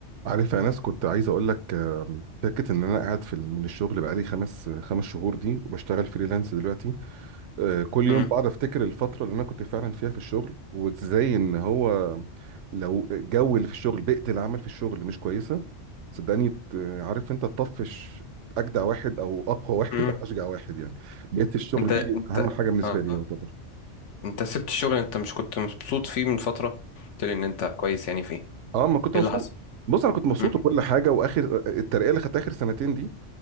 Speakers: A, on the right; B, on the left.
A: عارف يا ناس كنت عايز اقول لك آم، فكره ان انا قاعد في ال- من الشغل بقالي خمس خمس شهور دي وبشتغل فريلانس دلوقتي آه، كل يوم
B: مم.
A: بقعد افتكر الفتره اللي انا كنت فعلا فيها في الشغل وازاي ان هو لو الجو اللي في الشغل بيئه العمل في الشغل مش كويسه صدقني ت- عارف انت تطفش اجدع واحد او اقوى <laughs> واحد
B: مم.
A: او اشجع واحد يعني بيئه الشغل
B: انت
A: دي
B: انت
A: اهم حاجه بالنسبه
B: اه
A: لي يعتبر
B: انت سبت الشغل انت مش كنت مبسوط فيه من فترة قلت لي ان انت كويس يعني فيه
A: اه ما كنت
B: ايه
A: مبسوط
B: اللي حصل
A: بص انا كنت مبسوط
B: مم.
A: وكل حاجه واخر آه، الترقيه اللي خدتها اخر سنتين دي